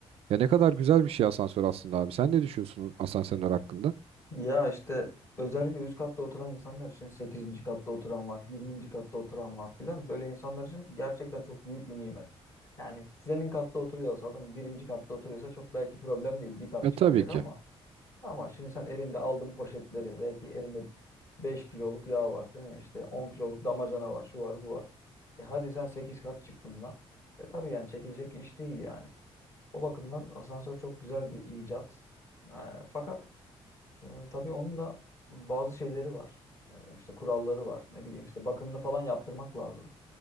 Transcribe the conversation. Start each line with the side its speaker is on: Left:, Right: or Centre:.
Right: Ya ne kadar güzel bir şey asansör aslında abi. Sen ne düşünüyorsun asansörler hakkında?
Left: Ya işte özellikle üst katta oturan insanlar için sekizinci katta oturan var, yirminci katta oturan var filan. Böyle insanlar için gerçekten çok büyük bir nimet. Yani zemin katta oturuyorsa adam birinci katta oturuyorsa çok belki problem değil. Bir kat
Right: E
Left: çıkaracak
Right: tabii ki.
Left: ama ama şimdi sen elinde aldığın poşetleri belki elinde 5 kiloluk yağ var değil mi? İşte 10 kiloluk damacana var, şu var, bu var. E hadi sen 8 kat çık bununla. E tabii yani çekilecek iş değil yani. O bakımdan asansör çok güzel bir icat. Ha, fakat Ee, tabii onun da bazı şeyleri var. Ee, işte kuralları var. Ne bileyim işte bakımını falan yaptırmak lazım.